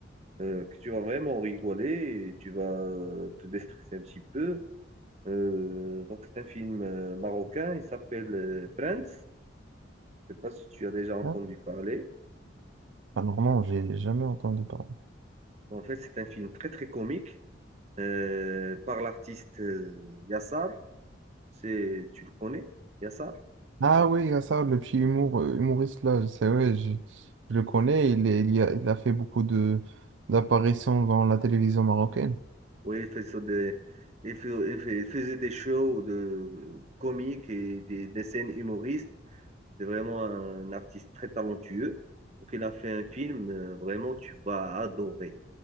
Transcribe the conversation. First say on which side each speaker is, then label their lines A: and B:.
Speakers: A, on the right; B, on the right.
A: euh, que tu vas vraiment rigoler et tu vas euh, te déstresser un petit peu. Euh, donc, c'est un film euh, marocain, il s'appelle euh, Friends. Je sais pas si tu as déjà entendu
B: Hein
A: parler.
B: Alors non, j'ai jamais entendu parler.
A: En fait, c'est un film très, très comique euh, par l'artiste euh, Yassar. C'est, tu le connais, Yassar?
B: Ah oui, il y a ça, le petit humour, euh, humoriste là, c'est vrai, je, je le connais, il, est- il, y a, il a fait beaucoup de d'apparitions dans la télévision marocaine.
A: Oui, il fait ça des, il fait- il fait- il faisait des shows de euh, comiques et des, des scènes humoristes. C'est vraiment un artiste très talentueux. Donc, il a fait un film, euh, vraiment, tu vas adorer.